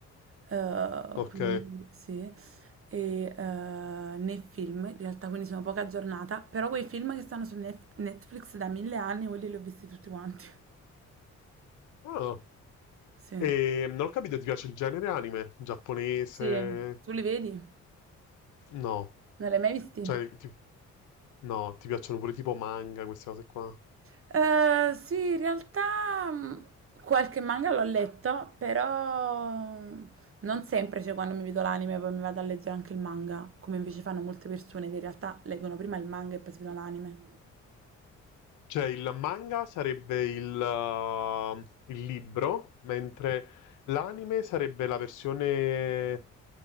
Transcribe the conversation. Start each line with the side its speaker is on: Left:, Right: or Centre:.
Right: Eh,
Left: Ok.
Right: quindi sì, e eh, nei film, in realtà quindi sono poca aggiornata, però quei film che stanno su Net- Netflix da mille anni, quelli li ho visti tutti quanti.
Left: Ah.
Right: Sì.
Left: E non ho capito, ti piace il genere anime? Giapponese?
Right: Sì, tu li vedi?
Left: No.
Right: Non li hai mai visti?
Left: Cioè, ti- no, ti piacciono pure tipo manga, queste cose qua.
Right: Eh, sì, in realtà mh, qualche manga l'ho letto, però mh, non sempre, cioè quando mi vedo l'anime poi mi vado a leggere anche il manga, come invece fanno molte persone che in realtà leggono prima il manga e poi si vedono l'anime.
Left: Cioè, il manga sarebbe il, uh, il libro, mentre l'anime sarebbe la versione, eh,